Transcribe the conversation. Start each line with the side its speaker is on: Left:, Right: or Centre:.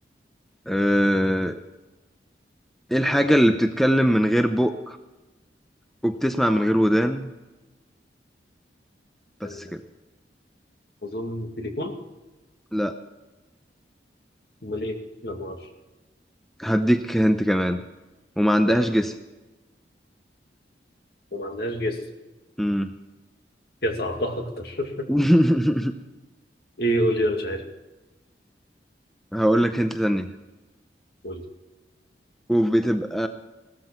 Centre: أه... ايه الحاجة اللي بتتكلم من غير بق وبتسمع من غير ودان بس
Left: آه،
Centre: كده
Left: أظن تليفون
Centre: لا
Left: أمال إيه؟ لا معرفش
Centre: هديك هنت كمان وما عندهاش
Left: يلا
Centre: جسم
Left: وما عندهاش جس
Centre: مم.
Left: هي صعبتها أكتر <laughs>
Centre: <laughs>
Left: إيه قول لي أنا مش عارف
Centre: هقول لك هنت تانية
Left: قول لي
Centre: وبتبقى